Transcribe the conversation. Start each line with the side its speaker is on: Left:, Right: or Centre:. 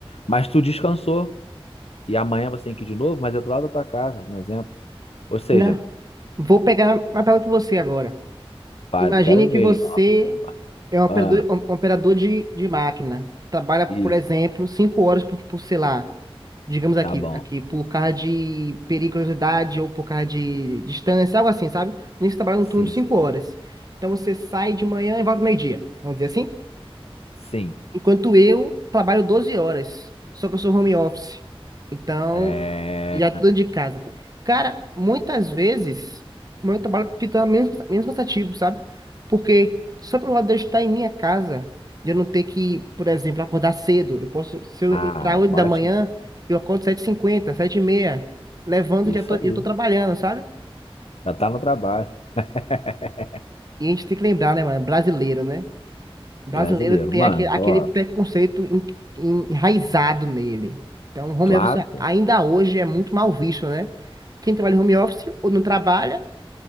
Left: Mas tu descansou e amanhã você tem que ir de novo, mas é do lado da tua casa, um exemplo. Ou seja,
Right: Né? Vou pegar uma pergunta para você agora.
Left: pai,
Right: Imagine
Left: eu quero
Right: que
Left: ver,
Right: você
Left: hein? ó.
Right: é um operador,
Left: Ah,
Right: um operador de, de máquina, que trabalha, por
Left: isso,
Right: exemplo, cinco horas por, por, sei lá, digamos aqui,
Left: tá bom.
Right: aqui, por causa de periculosidade ou por causa de distância, algo assim, sabe? Nisso trabalha um
Left: Sim,
Right: turno de cinco
Left: sim,
Right: horas. Então você sai de manhã e volta meio-dia, vamos dizer assim?
Left: sim.
Right: Enquanto eu trabalho 12 horas, só que eu sou home office. Então
Left: É...
Right: já tô dentro de casa. Cara, muitas vezes o meu trabalho fica menos, menos cansativo, sabe? Porque só pelo lado de eu estar em minha casa, de eu não ter que, por exemplo, acordar cedo. Eu posso, se eu
Left: Ah,
Right: entrar 8 da
Left: ótimo.
Right: manhã, eu acordo sete h 50 7h30, levanto
Left: Isso
Right: e já tô,
Left: aí.
Right: eu tô trabalhando, sabe?
Left: Já tá no trabalho. <laughs>
Right: E a gente tem que lembrar, né, mano? Brasileiro, né? Brasileiro
Left: Brasileiro,
Right: tem
Left: mano,
Right: aquele, aquele
Left: ó,
Right: preconceito en- en- enraizado nele. Então, home
Left: claro,
Right: office
Left: pô.
Right: ainda hoje é muito mal visto, né? Quem trabalha em home office ou não trabalha